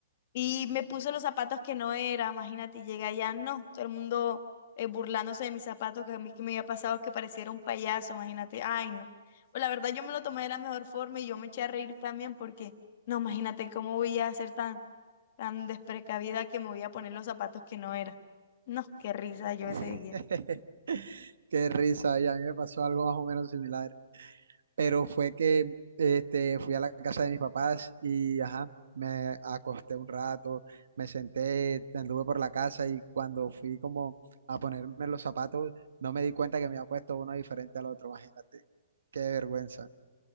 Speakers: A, on the left; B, on the right.
A: Y me puse los zapatos que no era, imagínate, y llegué allá, no, todo el mundo eh, burlándose de mis zapatos, que a mí que me había pasado que pareciera un payaso, imagínate, ay no. Pues la verdad yo me lo tomé de la mejor forma y yo me eché a reír también porque, no, imagínate cómo voy a ser tan, tan desprecavida que me voy a poner los zapatos que no era. No, qué risa yo
B: <laughs>
A: ese día.
B: qué risa. Y a mí me pasó algo más o menos similar. pero fue que este, fui a la casa de mis papás y ajá, me acosté un rato, me senté, anduve por la casa y cuando fui como a ponerme los zapatos, no me di cuenta que me había puesto uno diferente al otro, imagínate, qué vergüenza,